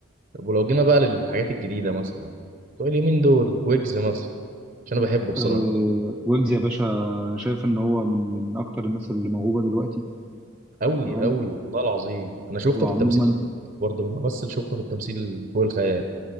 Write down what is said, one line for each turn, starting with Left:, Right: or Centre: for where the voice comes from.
Right: طب ولو جينا بقى للحاجات الجديده مثلا بتوع اليومين دول ويجز مثلا عشان انا بحبه بصراحه
Centre: أه ويجز يا باشا أنا شايف ان هو من من اكتر الناس اللي موهوبه دلوقتي
Right: قوي
Centre: تمام
Right: قوي والله العظيم انا شفته
Centre: وعموما
Right: في التمثيل برضه لما مثل شفته في التمثيل فوق الخيال